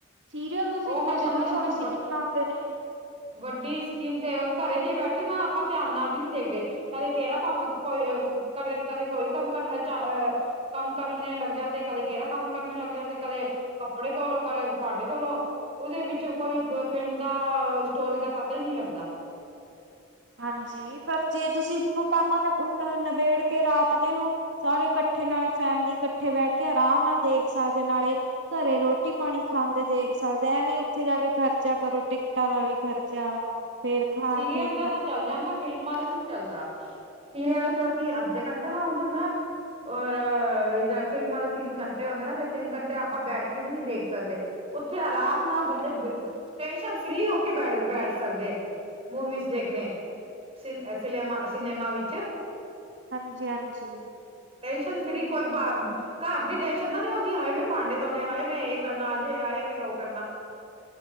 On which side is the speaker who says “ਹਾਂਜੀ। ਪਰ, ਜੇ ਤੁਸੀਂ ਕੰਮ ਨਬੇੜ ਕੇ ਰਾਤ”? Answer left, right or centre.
Right